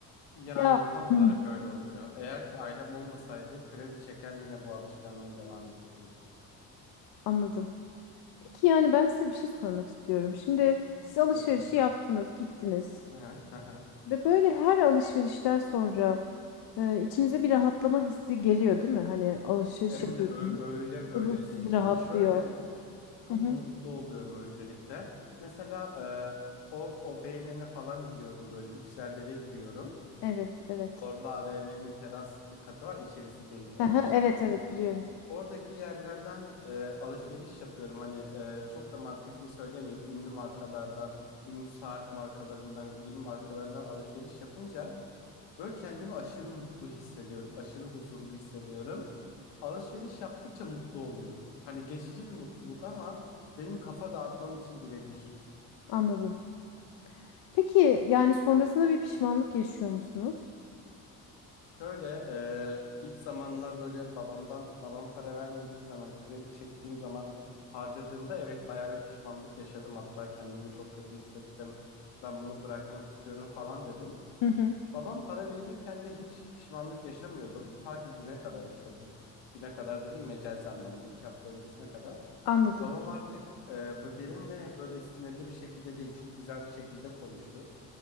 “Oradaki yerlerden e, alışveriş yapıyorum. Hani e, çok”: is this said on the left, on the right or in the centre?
Left